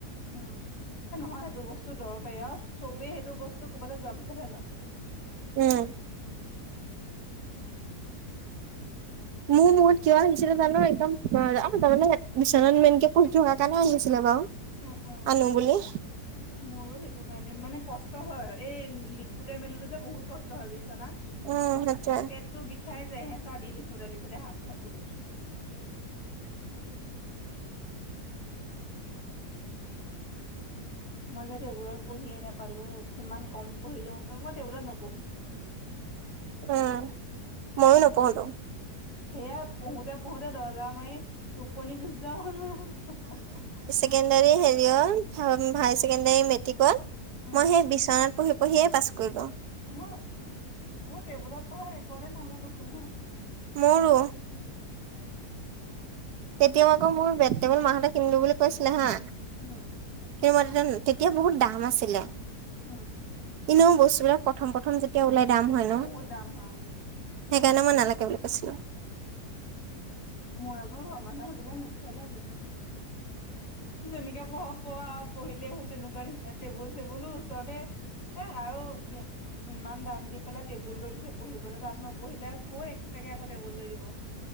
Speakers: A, on the left; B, on the right.
A: উম এ নহয় সেইটো বস্তু দৰকাৰী আৰু চবেই সেইটো বস্তু ক'বালৈ যোৱাৰ পিছতহে লয়। <inaudible>
B: উম মোৰ মূৰত কিয় আনিছিলে জানো একদম তাৰমানে বিচনত মেনকে পঢ়ি থকা কাৰণে আনিছিলে বাও।
A: উম
B: আনো বুলি।
A: মোৰো সেইটো কাৰণে মানে কষ্ট হয়, এই লিখোতে মেলোতে যে বহুত কষ্ট হয় বিচনাত। পেটতটো
B: উম সেইটোয়ে
A: বিষাই যায় হেচাহ দি লিখোতে লিখোতে হাত চাত বুলি মই যে টেবুলত পঢ়িয়ে নাপালো কিমান কম পঢ়িলো মই টেবুলত নপঢ়ো।
B: উম, ময়ো নপঢ়ো ত।
A: সেয়া পঢ়োতে পঢ়োতে দৰ্জা মাৰি টোপনি গুচি যাওঁ।
B: কেন্দেৰি হেৰীয়ত হা হাইছেকেণ্ডাৰী মেট্ৰিকত
A: উম
B: মই সেই বিছনাত প ঢ়িয়ে পাছ কৰিলো।
A: মোৰ মোৰ টেবুলত পঢ়া ৰেকৰ্ডে নাই মই কৈছোঁ নহয়।
B: মোৰো তেতিয়াও আকৌ মোৰ বেড টেবুল মা হতে এটা কিনিলো বুলি কৈছিলে হা
A: উম
B: তেমইতেন তেতিয়া বহুত দাম আছিলে।
A: উম
B: ইনোও বস্তুবিলাক প্ৰথম প্ৰথম যেতিয়া ওলাই দাম হয় ন।
A: বহুত দাম হয়
B: সেইকাৰণে মই নালাগে বুলি কৈছিলো।
A: মোৰ আকৌ ঘৰমানুহে সেইবিলাক যেনেকে পঢ় পঢ় আও পঢ়িলেই হ'ল, তেনেকুৱা নিচিনা টেবুল চেবুলো ওচৰতে। এ আৰু ইমান দাম দি পেলাই টেবুল লৈ দিছে, পঢ়িবলৈ তাত নপঢ়িলে আকৌ এক্সট্ৰাকে আকৌ টেবুল লৈ দিব।